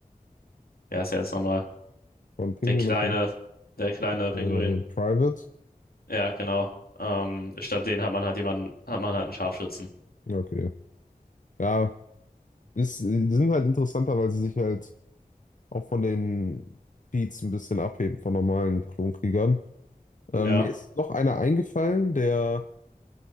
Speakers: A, on the left; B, on the left.
A: wer ist er jetzt nochmal?
B: von Pinguin
A: Der kleine,
B: aus dem
A: der kleine
B: äh,
A: Pinguin.
B: Private?
A: Ja, genau. Ähm, statt den hat man halt jemanden, hat man halt einen Scharfschützen.
B: Ja, okay. Ja, ist, die sind halt interessanter, weil sie sich halt auch von den Beats ein bisschen abheben, von normalen Klonkriegern.
A: Ja.
B: Ähm, mir ist noch einer eingefallen, der